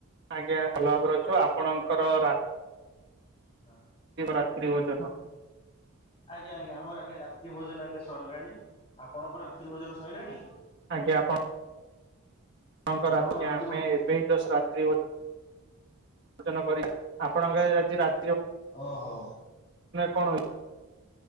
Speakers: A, on the right (about 50°); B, on the left (about 25°).
A: ଆଜ୍ଞା ଭଲ ଭାବରେ ଅଛୁ ଆପଣଙ୍କର ରା
B: ହଁ।
A: ରାତ୍ରି ଭୋଜନ
B: ଆଜ୍ଞା ଆଜ୍ଞା ଆମର ଆଜ୍ଞା ରାତ୍ରି ଭୋଜନ ଆଜ୍ଞା ସରିଲାଣି ଆପଣଙ୍କର ରାତ୍ରି ଭୋଜନ ସଇଲାଣି?
A: ଆଜ୍ଞା ଆପଣ ଆପଣଙ୍କ
B: ଆପଣଙ୍କର
A: ରାତ୍ରିରେ
B: ରାତ୍ରି
A: ଆମେ
B: ଭୋଜନ
A: ଏବେ ହିଁ ଜସ୍ ରାତ୍ରି ଭୋ ଭୋଜନ କରିି ଆପଣଙ୍କ ଆଜି ରାତି ରା
B: ଓ ଓହୋ।
A: କଣ ହେଇଛି